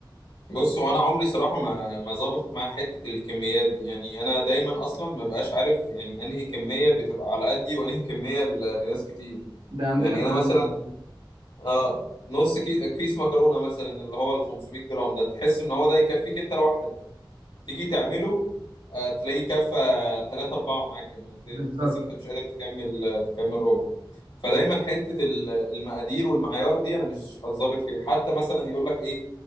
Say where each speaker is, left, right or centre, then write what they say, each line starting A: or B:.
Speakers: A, on the left; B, on the right.
A: بص هو انا عمري صراحة ما ما ظبطت معايا حتة الكميات دي يعني انا دايما اصلا ما بقاش عارف يعني انهي كمية بتبقى على قدي وانهي كمية ل- لناس كتير
B: ده عندنا
A: يعني
B: كلنا
A: انا مثلا اه نص كي... كيس مكرونه مثلا اللي هو ال 500 جرام ده تحس ان هو ده يكفيك انت لوحدك تيجي تعمله آه تلاقيه كفى 3 4 معاك كمان ت-
B: بالظبط
A: تحس انت مش قادر تكمل آه، تكمل ربع فدايما حته ال- المقادير والمعيار دي انا مش هتظبط فيها حتى مثلا يقول لك ايه